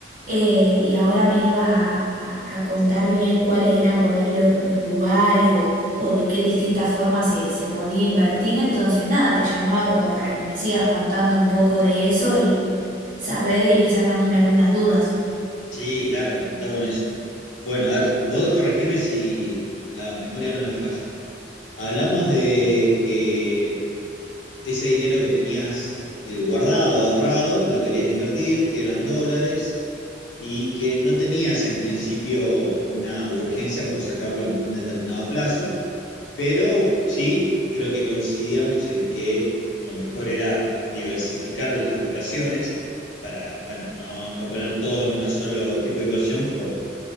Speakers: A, on the right; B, on the left.
A: eh, y ahora me ibas a, a- a contar bien cuáles eran por ahí los, los lugares o o de qué distintas formas se, se podía invertir. Entonces, nada, te llamaba como para que me sigas contando un poco de eso y saber e ir sacándome algunas dudas.
B: Sí, claro, contá con eso. Bueno, a ver, vos corregime si la memoria no me falla. Hablamos de que ese dinero que tenías eh, eh, guardado, ahorrado, lo querías invertir, que eran dólares, y que no tenías en principio una urgencia por sacarlo en un determinado plazo. Pero sí, creo que coincidíamos en que lo mejor era diversificar las inversiones para, bueno, no, no poner todo en un solo tipo de inversión por-